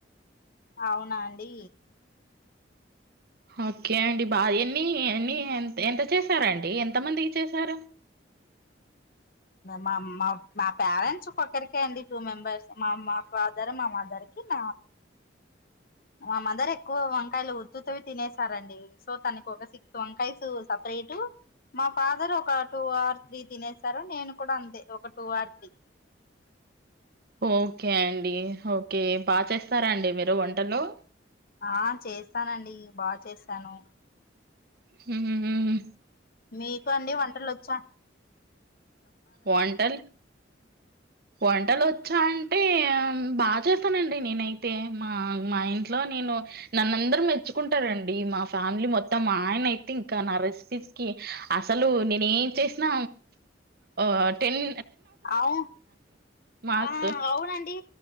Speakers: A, on the left (about 50°); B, on the right (about 55°).
A: అవునా అండీ.
B: ఒకే అండి బా ఎన్ని ఎన్ని ఎంత ఎంత చేసారా అండి ఎంత మందికి చేసారు.
A: మా మా పేరెంట్స్ ఒక్కొక్కరికే అండి టూ మెంబర్స్ మా మా ఫాదర్ మా మదర్. తున్న మా మదరే. కు వంకాయలు ఉతుత్తవే. తినేసారండి సో తనకి ఒక సిక్స్ వంకాయస్ సపరేటు మా ఫాదర్ ఒక టూ ఆర్ త్రీ తినేసారు నేను కూడా అంతే ఒక టూ ఆర్ త్రీ.
B: ఓకే అండి ఓకే బా చేస్తారా అండి మీరు వంటలూ
A: ఆ చేస్తానండి బా చేస్తాను.
B: హ్మ్మ్ హ్మ్మ్.
A: మీకు అండి వంటలొచ్చా
B: వంటల్ వంటలొ వచ్చా అంటే బా చేస్తానండి నేనైతే మా మా ఇంట్లో నేను నన్న్ అందరూ మెచ్చుకుంటారండి మా ఫ్యామిలీ మొత్తం మా ఆయన అయితే ఇంకా నా రెసిపీస్ కి అసలు నేనేం చేసిన ఆ టెన్
A: అవు
B: మార్క్స్.
A: ఆ అవునండి